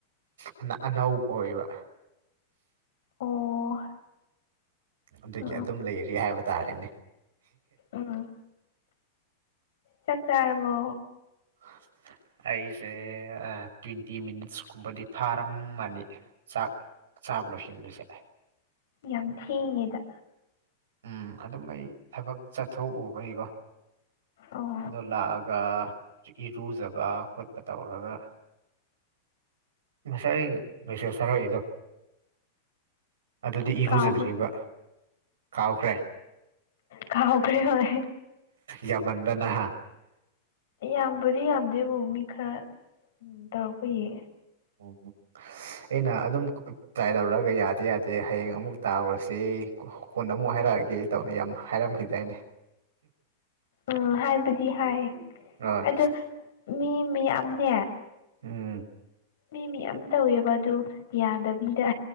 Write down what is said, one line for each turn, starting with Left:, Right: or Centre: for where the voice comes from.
Right: ꯑꯅ ꯑꯅꯧꯕ ꯑꯣꯏꯕ
Left: ꯑꯣ
Right: ꯑꯗꯨꯒꯤ
Left: ꯑ
Right: ꯑꯗꯨꯝ ꯂꯩꯔꯤ ꯍꯥꯏꯕ ꯇꯥꯔꯦꯅꯦ
Left: ꯎꯝ ꯆꯥꯛ ꯆꯥꯔꯕꯣ
Right: ꯑ <inaudible> ꯑꯩꯁꯦ ꯑ ꯇ꯭ꯋꯦꯟꯇꯤ ꯃꯤꯅꯠꯁꯀꯨꯝꯕꯗꯤ ꯐꯥꯔꯝꯃꯅꯤ ꯆꯥꯛ ꯆꯥꯕ ꯂꯣꯏꯁꯤꯟꯕꯁꯦ
Left: ꯌꯥꯝ ꯊꯦꯡꯉꯦꯗ
Right: ꯎꯝ ꯑꯗꯨꯝ ꯑꯩ ꯊꯕꯛ ꯆꯠꯊꯣꯛꯎꯕꯩꯕꯣ
Left: ꯑꯣ
Right: ꯑꯗꯣ ꯂꯥꯛꯑꯒ ꯏꯔꯨꯖꯕ ꯈꯣꯠꯄ ꯇꯧꯔꯒ ꯉꯁꯥꯏ ꯑꯩ ꯃꯦꯁꯦꯖ ꯊꯥꯔꯛꯏꯗꯣ ꯑꯗꯨꯗꯤ ꯏꯔꯨꯖꯗ꯭ꯔꯤꯕ
Left: ꯀꯥꯎꯒ꯭ꯔꯦ
Right: ꯀꯥꯎꯈ꯭ꯔꯦ
Left: ꯀꯥꯎꯈ꯭ꯔꯦ ꯍꯣꯏ
Right: ꯌꯥꯝꯃꯟꯗꯅ
Left: ꯌꯥꯝꯕꯨꯗꯤ ꯌꯥꯝꯗꯦꯕꯨ ꯃꯤ ꯈꯔ ꯎ ꯇꯧꯔꯛꯄ ꯌꯦ
Right: ꯎꯝ ꯑꯩꯅ ꯑꯗꯨꯝ ꯇ꯭ꯔꯥꯏ ꯇꯧꯔꯛꯑꯒ ꯌꯥꯗꯦ ꯌꯥꯗꯦ ꯍꯌꯦꯡ ꯑꯃꯨꯛ ꯇꯥꯎꯔꯁꯤ ꯀꯣꯟꯅ ꯑꯃꯨꯛ ꯍꯥꯏꯔꯛꯑꯒꯦ ꯇꯧꯅ ꯌꯥꯝ ꯍꯥꯢꯔꯝꯈꯤꯗꯥꯢꯅꯦ
Left: ꯎꯝ ꯍꯥꯏꯕꯗꯤ ꯍꯥꯏ
Right: ꯍꯣꯏ
Left: ꯑꯗꯣ ꯃꯤ ꯃꯌꯥꯝꯅꯦ
Right: ꯎꯝ
Left: ꯃꯤ ꯃꯤꯌꯥꯝ ꯇꯧꯋꯦꯕ ꯑꯗꯨ ꯌꯥꯗꯕꯤꯗ